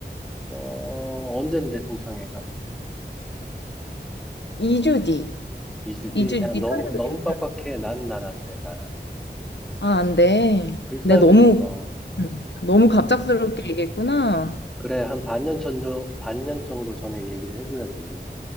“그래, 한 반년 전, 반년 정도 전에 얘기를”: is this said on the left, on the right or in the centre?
Centre